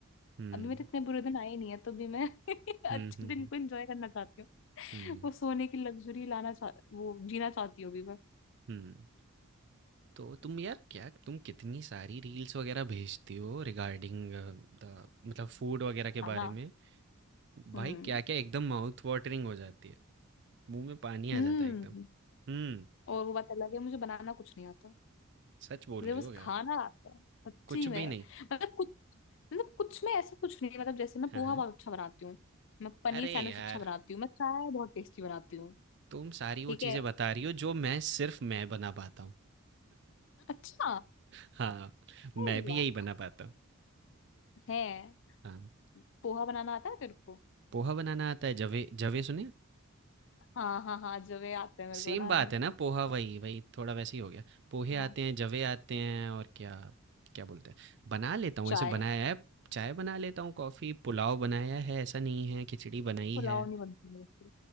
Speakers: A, on the right; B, on the left.
A: हम्म
B: अभी मेरे इतने बुरे दिन आए नहीं है तो भी मैं <laughs>
A: हम्म
B: अच्छे
A: हम्म
B: दिन
A: हम्म
B: को एंजॉय करना चाहती हूँ
A: हम्म
B: वो सोने की लग्जरी लाना चाह वो जीना चाहती हूँ अभी मैं
A: हम्म तो तुम यार क्या तुम कितनी सारी रील्स वगैरह भेजती हो रिगार्डिंग द मतलब फूड वगैरह के
B: खाना
A: बारे में भाई
B: हम्म
A: क्या क्या एकदम माउथ वाटरिंग हो जाती है मुंह में पानी आ
B: हम्म
A: जाता है एकदम हम्म
B: और वो बात अलग है मुझे बनाना कुछ नहीं आता
A: सच बोल
B: मुझे
A: रही
B: बस
A: हो क्या
B: खाना आता है सच्ची
A: कुछ
B: में
A: भी नहीं
B: मतलब कुछ मतलब कुछ में ऐसा कुछ नहीं है। मतलब जैसे मैं
A: हाँ
B: पोहा
A: हाँ
B: बहुत अच्छा बनाती हूँ मैं पनीर
A: अरे
B: सैंडविच
A: यार
B: अच्छा बनाती हूँ मैं चाय बहुत टेस्टी बनाती हूँ
A: तुम सारी वो
B: ठीक
A: चीजें
B: है
A: बता रही हो जो मैं सिर्फ मैं बना पाता हूँ
B: अच्छा
A: हाँ मैं
B: अरे
A: भी
B: वाह
A: यही बना पाता हूँ
B: है
A: हाँ
B: पोहा बनाना आता है तेरे को
A: पोहा बनाना आता है जवे जवे सुने
B: हाँ हाँ हाँ जो वे आते हैं मेरे
A: सेम
B: को बनाने
A: बात है ना पोहा वही वही थोड़ा वैसे ही हो गया पोहे
B: हाँ
A: आते हैं जवे आते हैं और क्या क्या बोलते हैं बना लेता हूँ
B: चाय
A: ऐसे बनाया है चाय बना लेता हूँ कॉफी पुलाव बनाया है ऐसा नहीं है खिचड़ी बनाई
B: पुलाव
A: है
B: नहीं बनती मेरे से